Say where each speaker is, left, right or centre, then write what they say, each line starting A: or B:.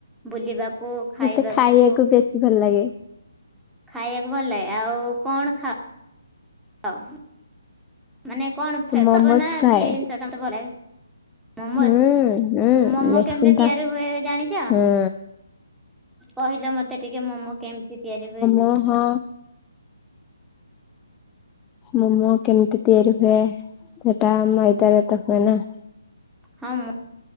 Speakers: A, in the centre; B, on the left (about 15°).
A: ବୁଲିବାକୁ ଖାଇବାକୁ?
B: ମତେ ବେଶୀ ଭଲ ଲାଗେ
A: ଖାଇବାକୁ ଭଲ ଲାଗେ ଆଉ କଣ ଖାଅ? ହଉ ମାନେ କଣ ହେବ
B: ମୋମୋସ୍
A: ନା
B: ଖାଏ।
A: କି ଏଇ ଜିନିଷଟା ମତେ ଭଲ ଲା ମୋମୋସ୍
B: ହୁଁ ହୁଁ
A: ମୋମୋ
B: ନିଶ୍ଚିନ୍ତ
A: କେମିତି ତିଆରି ହୁଏ ଜାଣିଛ?
B: ହୁଁ
A: କହିଲେ ମତେ ଟିକେ ମୋମୋ କେମିତି ତିଆରି ହୁଏ?
B: ଓହୋ। ମୋମୋ କେମିତି ତିଆରି ହୁଏ ସେଟା ମଇଦାରେ ତ ହୁଏ ନା
A: ହଁ ମ